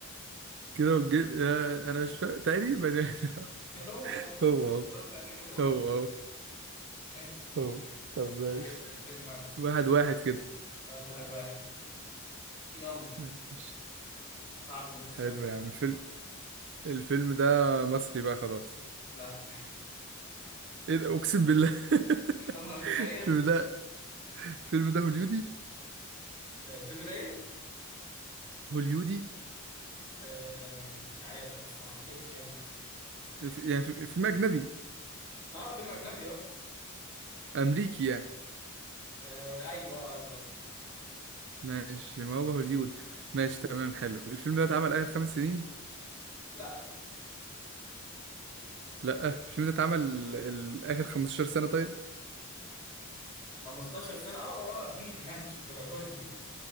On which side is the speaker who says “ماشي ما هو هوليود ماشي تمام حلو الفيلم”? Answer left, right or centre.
Right